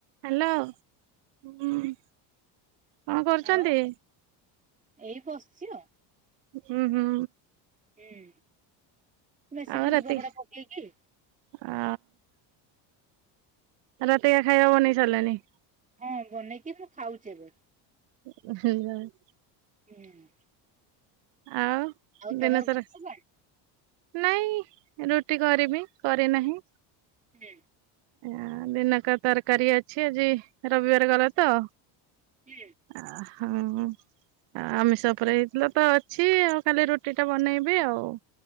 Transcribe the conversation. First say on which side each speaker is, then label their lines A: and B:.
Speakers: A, on the right (about 65°); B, on the right (about 15°).
A: ହ୍ୟାଲୋ ହଁ କଣ କରୁଛନ୍ତି?
B: ଆଉ ଏଇ ବସଛି ଆଉ
A: ହୁଁ ହୁଁ।
B: ହୁଁ ମେସିନରେ
A: ଆଉ ରାତି
B: ଲୁଗାପଟା ପକେଇକି
A: ଆ ରାତିକା ଖାଇବା ବନେଇ ସାରିଲାଣି?
B: ହଁ ବନେଇକି ମୁଁ ଖାଉଛି ଏବେ।
A: <inaudible>
B: ହୁଁ ନା।
A: ଆଉ ଦିନ
B: ତମର
A: ସାରା
B: ବନେଇ ସରିଲାଣି
A: ନାଇଁ ରୁଟି କରିବି କରି ନାହିଁ?
B: କି।
A: ଆ ଦିନକ ତରକାରୀ ଅଛି ଆଜି ରବିବାର ଗଲା ତ
B: ହୁଁ।
A: ଆ ହୁଁ। ଆ ଆମିଷଉପରେ ହେଇଥିଲା ତ ଅଛି ଆଉ ଖାଲି ରୁଟି ଟା ବନେଇବି ଆଉ?